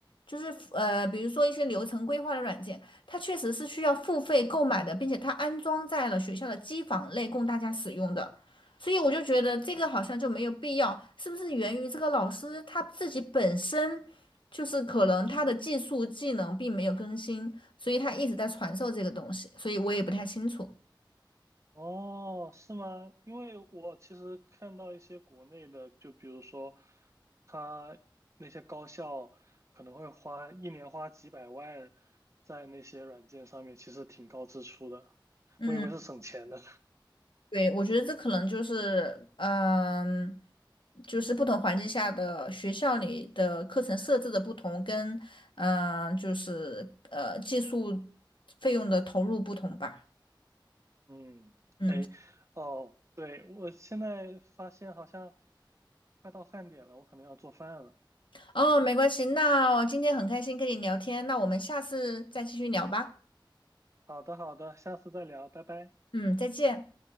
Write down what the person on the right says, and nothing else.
哦，是吗？因为我其实看到一些国内的，就比如说，他那些高校可能会花一年花几百万在那些软件上面，其实挺高支出的。
我以为是省钱的。<laughs>
嗯，
哎，哦，对，我现在发现好像快到饭点了，我可能要做饭了。
好的，好的，下次再聊，拜拜。